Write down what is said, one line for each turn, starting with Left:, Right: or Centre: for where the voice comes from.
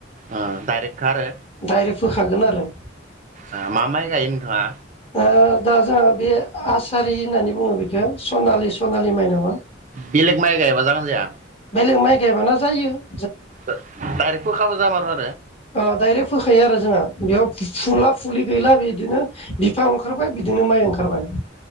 Right: ओ दारेख खा आरो।
Left: डाइरेक्ट फोखागोन आरो
Right: ओ मा माय गायो नोंथाङा?
Left: ओ दा जोंहा बे आसारि होननानै बुंङो बेखो सनालि -सनालि माइ नामा?
Right: बेलेग माइ गायबा जागोन जाया?
Left: बेलेग माइ गायबान जायो ।
Right: दा दायरेक फोखाबा <unintelligible>
Left: ओ दाइरेक्ट फोखायो आरो जोङो बेयाव फुला फुलि गैला बिद बिदिनो बिफां ओंखारबाय बिदिनो माइ ओंखारबाय ।